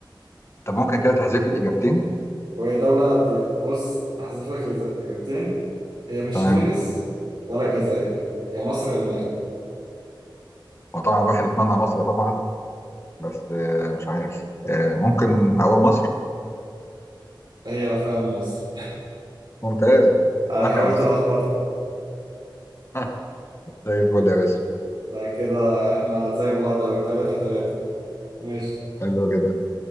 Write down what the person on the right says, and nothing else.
وهي دولة تقيلة بص أحذف لك إز- إجابتين هي مش
تونس ولا الجزائر يا مصر يا المغرب
هي فعلا مصر
أنا حاولت
ألخبطك
لا كده إحنا زي بعض أوي تلاتة تلاتة ماشي